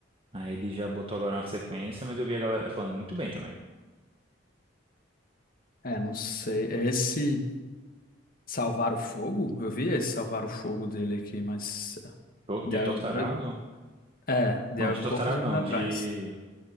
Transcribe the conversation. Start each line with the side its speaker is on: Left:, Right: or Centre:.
Right: Aí ele já botou agora uma sequência, mas eu vi a galera falando muito bem também.
Left: É, não sei. é Esse Salvar o Fogo, eu vi esse Salvar o Fogo dele aqui, mas.
Right: Tor-
Left: De,
Right: De
Left: há
Right: Torturado?
Left: dois- é, de
Right: Não,
Left: há
Right: de
Left: poucos
Right: Torturado
Left: anos
Right: não,
Left: atrás.
Right: de...